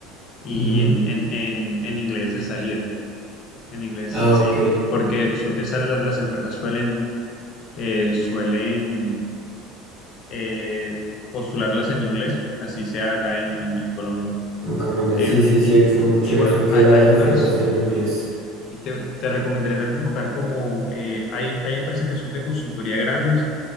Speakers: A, on the left; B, on the right.
A: y
B: Ujú.
A: en, en, en, en inglés de salida, en inglés,
B: Ah,
A: sí,
B: ok.
A: porque su- esas las las empresas suelen eh, suelen eh, postularlas en inglés, así sea acá en, en- en Colombia.
B: En Colombia,
A: Em,
B: sí, sí, sí, he visto mucho
A: y
B: eso,
A: bueno,
B: que
A: hay,
B: las
A: hay
B: ofertas
A: unas,
B: son en inglés.
A: y te, te recomendaré también buscar como, eh, hay, hay empresas que son de consultoría grandes,